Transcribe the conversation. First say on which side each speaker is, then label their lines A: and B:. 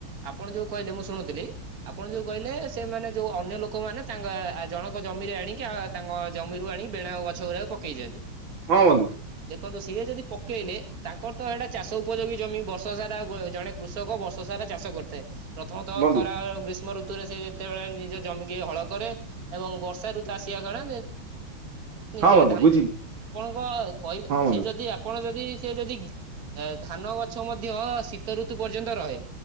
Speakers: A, on the right; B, on the right.
A: ଆପଣ ଯୋଉ କହିଲେ ମୁଁ ଶୁଣୁଥିଲି। ଆପଣ ଯୋଉ କହିଲେ ସେମାନେ ଯୋଉ ଅନ୍ୟ ଲୋକମାନେ ତାଙ୍କ ଜଣଙ୍କ ଜମିରେ ଆଣିକି ଆ ତାଙ୍କ ଜମିରୁ ଆଣି ବେଣା ଆଉ ଗଛଗୁରା ପକେଇଚନ୍ତି।
B: ହଁ ବନ୍ଧୁ।
A: ଦେଖନ୍ତୁ ସିଏ ଯଦି ପକେଇଲେ ତାଙ୍କର ତ ଏଇଟା। ଚାଷ ଉପଯୋଗୀ ଜମି ବର୍ଷ ସାରା ଜଣେ କୃଷକ ବର୍ଷ ସାରା ଚାଷ କରିଥାଏ। ପ୍ରଥମତଃ
B: ବନ୍ଧୁ
A: ଖରା ଗ୍ରୀଷ୍ମ ଋତୁ। ଋତୁରେ ସେ ଯେତେବେଳେ ନିଜ ଜମିିକି ହଳ କରେ ଏବଂ ବର୍ଷା ଋତୁ ଆସିବା କାରଣ। ନିଜେ
B: ହଁ ବନ୍ଧୁ
A: ଧାନ
B: ବୁଝିଲି
A: ଆପଣଙ୍କ କହିବା
B: ହଁ ବନ୍ଧୁ
A: ସେ ଯଦି। ଆପଣ ଯଦି ସେ ଯଦି ଧାନ ଗଛ ମଧ୍ୟ ଶୀତ ଋତୁ ପର୍ଯ୍ୟନ୍ତ ରହେ।